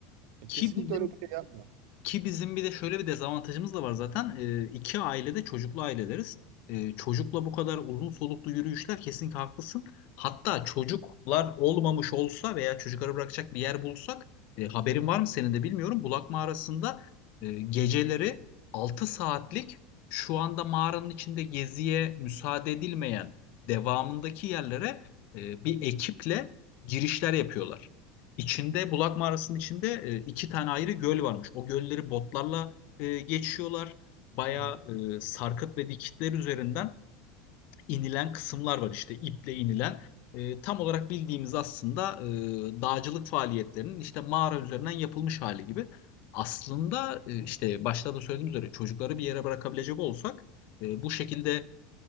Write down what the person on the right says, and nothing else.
E,
kesinlikle
öyle bir şey yapma.
Hı hı.